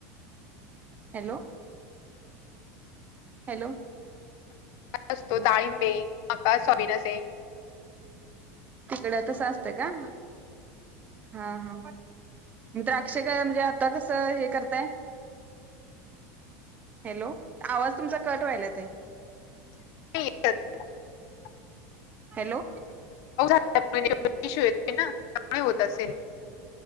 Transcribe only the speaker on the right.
हॅलो.. हॅलो.
तिकड तसं असतं का. हा हा.. द्राक्ष का म्हणजे आता कसं हे करताय.. हॅलो आवाज तुमचा कट व्हायला आहे.
हॅलो.